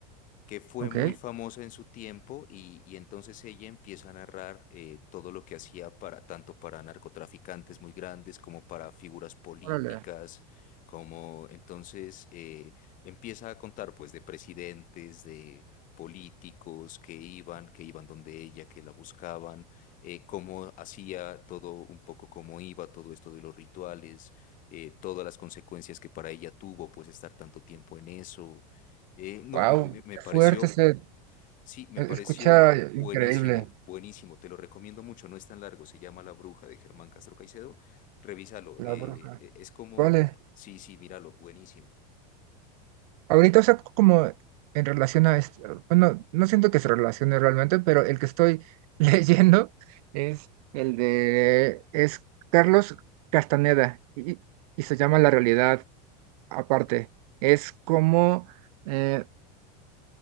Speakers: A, on the left (about 40°); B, on the right (about 65°).
A: que fue
B: ¿Ok?
A: muy famosa en su tiempo y, y entonces ella empieza a narrar eh, todo lo que hacía para tanto para narcotraficantes muy grandes como para figuras políticas,
B: Órale.
A: como entonces eh, empieza a contar pues de presidentes, de políticos que iban, que iban donde ella, que la buscaban, eh, cómo hacía todo un poco, cómo iba todo esto de los rituales, eh, todas las consecuencias que para ella tuvo pues estar tanto tiempo en eso eh, no,
B: Wow,
A: me, me- me
B: qué
A: pareció,
B: fuerte se
A: sí, me
B: e-
A: pareció
B: escucha
A: buenísimo,
B: increíble
A: buenísimo, te lo recomiendo mucho, no es tan largo, se llama La Bruja de Germán Castro Caicedo, revísalo,
B: la
A: eh,
B: bruja.
A: e- es como,
B: Vale.
A: sí, sí, míralo, buenísimo.
B: Ahorita, o sea, como en relación a esto, bueno, no siento que se relacione realmente, pero el que estoy <laughs> leyendo es el de, es Carlos Castaneda y, y se llama La realidad. aparte. Es como, eh,